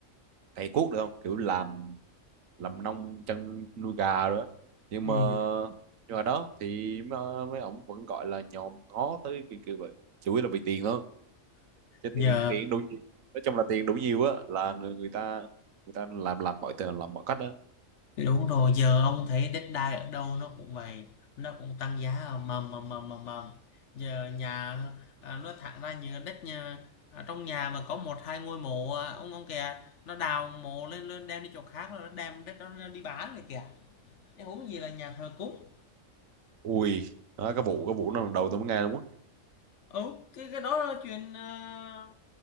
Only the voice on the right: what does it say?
cày cuốc được không kiểu làm làm nông chăn nuôi gà rồi đó. nhưng
mà nhưng mà đó thì mấy, mấy ổng vẫn gọi là nhòm ngó tới kiểu, kiểu vậy chủ yếu là vì tiền thôi chứ
tiền tiền đủ nhiều nói chung là tiền đủ nhiều á là người, người ta người ta làm làm mọi tiền làm mọi cách đó
ui đó, cái vụ cái vụ nó lần đầu tôi mới nghe luôn á